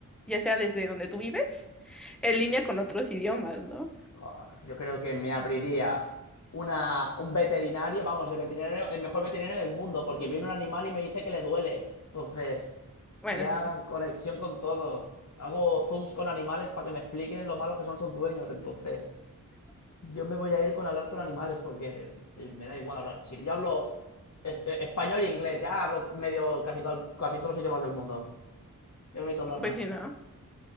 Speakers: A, in the centre; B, on the left.
A: ya sea desde donde tú vives, en línea con otros idiomas, ¿no?
B: Ah, yo creo que me abriría una, un veterinario, vamos, el veterinario, el mejor veterinario del mundo, porque viene un animal y me dice que le duele. Entonces,
A: Bueno,
B: ya
A: eso sí.
B: conexión con todo. Hago zooms con animales para que me expliquen lo malo que son sus dueños. Entonces, yo me voy a ir con hablar con animales porque sí, me da igual hablar chino. Yo hablo es- eh, español e inglés, ya hablo medio casi, todo, casi todos los idiomas del mundo. Yo no necesito hablar
A: Pues
B: más.
A: sí, ¿no?